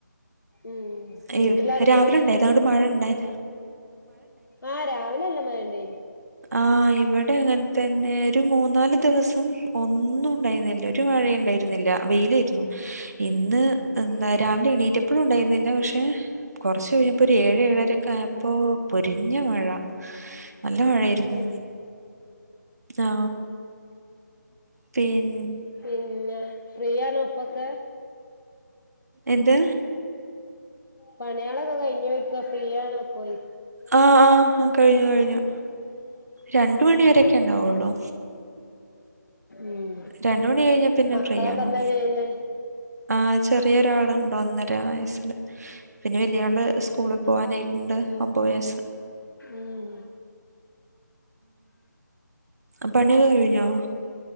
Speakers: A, on the left; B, on the right.
A: ഉം
B: അയോ
A: വീട്ടിലാരൊക്കെയുള്ളേ
B: രാവിലെ ഉണ്ടായിരുന്നു <unintelligible> മഴ ഉണ്ടായിന
A: ആ രാവിലെ നല്ല മഴണ്ടേ
B: ആ ഇവിടെ അങ്ങൻ തന്നെ ഒരു മൂന്നാല് ദിവസം ഒന്നും ഉണ്ടായിരുന്നില്ല ഒരു മഴയ ഉണ്ടായിരുന്നില്ല വെയിലേരുന്നു ഇന്ന് എന്താ
A: ഉം
B: രാവിലെ എണീറ്റ്പ്പഴും ഉണ്ടായിരുന്നില്ല പക്ഷെ കുറച്ച് കഴിഞ്ഞപ്പോ ഒര് ഏഴ് ഏഴ ഴരക്കായപ്പോ പൊരിഞ്ഞ മഴ നല്ല മഴ ആയിരുന്നു
A: ഉം
B: ആ പിൻ
A: പിന്നെ ഫ്രീയാണോ ഇപ്പൊക്കെ
B: എന്ത്
A: പണിയളൊക്കെ കഴിഞ്ഞോഴ്ക്ക ഫ്രീ ആണോ പ്പൊയ്
B: അ ആ കഴിഞ്ഞു കഴിഞ്ഞു രണ്ട് മണി
A: ഉം
B: വരൊക്കെ ഉണ്ടാവുള്ളൂ
A: ഉം
B: രണ്ട് മണി കഴിഞ്ഞ പിന്നെ
A: മക്കളൊക്കെ
B: ഫ്രീ ആണോ
A: എന്താ ചെയ്യുന്നെ
B: ആ ചെറിയ ഒരാളുണ്ട് ഒന്നര വയസ്സില് പിന്നെ വലിയ ആള് സ്കൂളിൽ പോവാനായിട്ടുണ്ട് ഒമ്പത് വയസ്സ്
A: ഉം
B: ഉം പണിയൊകെ കഴിഞ്ഞോ